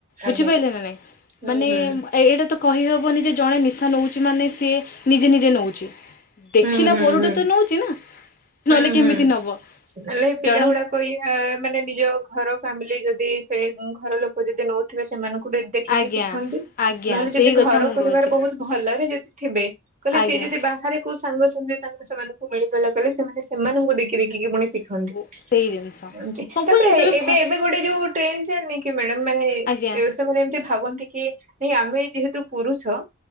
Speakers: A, on the left (about 40°); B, on the right (about 35°).
A: ବୁଝିପାଇଲେ
B: ଆଜ୍ଞା
A: ନା ନାଇଁ
B: ହୁଁ
A: ମାନେ
B: ହୁଁ
A: ମ ଏଇଡା ତ କହିହବନି ଯେ ଜଣେ ନିଶା ନୋଉଚି ମାନେ ସିଏ ନିଜେ ନିଜେ ନୋଉଚି। ଦେଖିଲା
B: ହୁଁ ହୁଁ
A: ପରଟୁ
B: ହୁଁ
A: ତ ନୋଉଚି ନା ନହେଲେ
B: ହୁଁ
A: କେମିତି
B: ହୁଁ
A: ନବ।
B: ହେଲେ ପିଲା
A: ଜଣ
B: ଗୁଡାକ ଇହା ମାନେ ନିଜ ଘର ଫ୍ୟାମିଲି ଯଦି ସେ ଉଁ ଘର ଲୋକୋ ଯଦି ନୋଉଥୁବେ ସେମାନଙ୍କୁ ଗୋଟେ ଦେଖିକି
A: ଆଜ୍ଞା
B: ଶିଖନ୍ତି
A: ଆଜ୍ଞା
B: ନହେଲେ ଯଦି
A: ସେଇ
B: ଘର
A: କଥା ମୁଁ
B: ପରିବାର
A: କହୁଛି
B: ବହୁତ ଭଲରେ ଯଦି ଥିବେ। କହିଲେ
A: ଆଜ୍ଞା।
B: ସିଏ ଯଦି ବାହାରେ କୋଉ ସାଙ୍ଗ ସାଙ୍ଗେ ତାଙ୍କର ସେମାନଙ୍କୁ ମିଳିଗଲା କହଲେ ସେମାନେ ସେମାନଙ୍କୁ ଦେଖି ଦେଖି କି ପୁଣି ଶିଖନ୍ତି
A: ବୋ ସେଇ ଜିନିଷ
B: ଏମତି
A: ସବୁ
B: ତାପରେ
A: ଜିନିଷ
B: ଏବେ
A: ଭ
B: ଏବେ ଗୋଟେ ଯୋଉ ଟ୍ରେଣ୍ଡ ଚାଲିନିକି ମ୍ୟାଡାମ ମାନେ
A: ଆଜ୍ଞା
B: ଏବେ ସେମାନେ ଏମିତି ଭାବନ୍ତି କି ନାଇଁ ଆମେ ଯେହେତୁ ପୁରୁଷ